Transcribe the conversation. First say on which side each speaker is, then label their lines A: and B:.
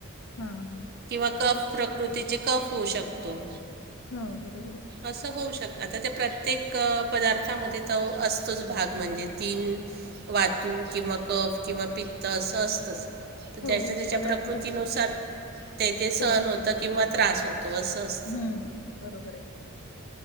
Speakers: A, on the left; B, on the right.
A: ह.. ह...
B: किंवा कफ प्रकृतीचे, कफ होऊ शकतो.
A: हो बरोबर ये.
B: असं होऊ शकतं. आता त्या प्रत्येक पदार्थामध्ये तो, असतोच भाग म्हणजे तीन. वातू की मगं. कप किंवा पित्त असं असतंच, तर
A: हो
B: ज्यांच्या त्यांच्या
A: पदार्थ
B: प्रकृतीनुसार. तेते सहण
A: तो
B: होत किंवा, त्रास होतो असं असत.
A: हम्म हम्म बरोबर ये.